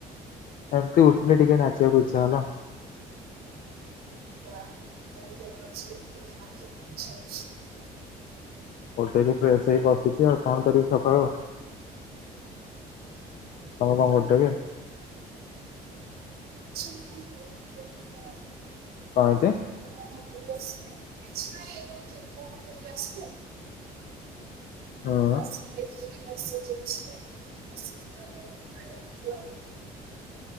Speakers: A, on the left; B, on the right.
A: ରାତି ଉଠିଲେ ଟିକେ ନାଚିବାକୁ ଇଚ୍ଛା ହେଲା ଆଉ । <unintelligible>
B: <unintelligible>
A: <unintelligible> ଦେଖିଆ କଣ କରିବି ସକାଳେ ଆଉ। <inaudible> ତମେ କଣ କରୁଚ କି? <inaudible>
B: କିଛି ନାଇଁ <unintelligible> ମାନେ
A: କଣ ହେଇଚି?
B: ମୁଁ ଘରକୁ ଆସିଲି କିଛି ନାଇଁ ଏଇ ଯୋଉ ଜିବୁ ବୋଉ ମନ୍ଦିର ଯିବେ ଆସିଲି।
A: ହୁଁ
B: ଆସକି ଦେଖିଲି ରୋଷେଇ ଚାଲିଚି ଆସିଲି ପରେ ଖାଇକି ଜିବୁ ଆଉ।